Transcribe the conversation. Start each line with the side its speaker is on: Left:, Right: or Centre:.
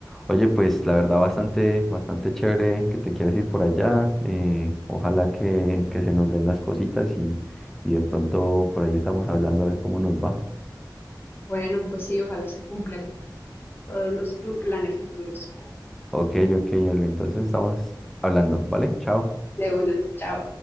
Centre: Oye, pues la verdad bastante, bastante chévere que te quieres ir por allá. eh, ojalá que, que se nos den las cositas y, y de pronto por ahí estamos hablando a ver cómo nos va.
Left: Bueno, pues sí, ojalá se cumplan todos los fu- planes futuros.
Centre: Ok, ok, Ale, entonces estamos hablando, ¿vale? Chao.
Left: De una, chao.